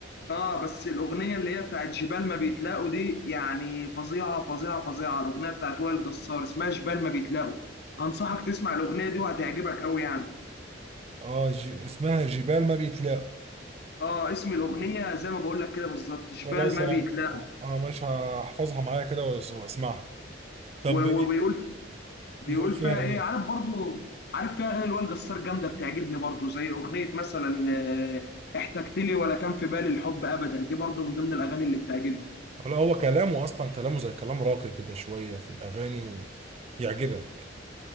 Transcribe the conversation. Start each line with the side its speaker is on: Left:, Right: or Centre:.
Left: اه بس الاغنيه اللي هي بتاعت جبال ما بيتلاقوا دي يعني فظيعه فظيعه فظيعه الاغنيه بتاعت وائل جسار اسمها جبال ما بيتلاقوا انصحك تسمع الاغنيه دي وهتعجبك قوي يعني
Right: اه ج... اسمها جبال ما بيتلاقوا
Left: اه اسم الاغنيه زي ما بقول لك كده بالظبط شبال
Right: خلاص
Left: ما
Right: انا
Left: بيتلاقى
Right: اه مش هحفظها معايا كده وأس- واسمعها طب
Left: و-
Right: بي-
Left: وبيقول بيقول
Right: بيقول فيها
Left: فيها
Right: ايه
Left: ايه عارف برضو عارف فيها اغاني الوائل جسار جامده بتعجبني برضو زي اغنيه مثلا آه، احتجت لي ولا كان في بالي الحب ابدا دي برضو من ضمن الاغاني اللي بتعجبني
Right: ولا هو كلامه اصلا كلامه زي كلام راقي كده شوية في الاغاني ويعجبك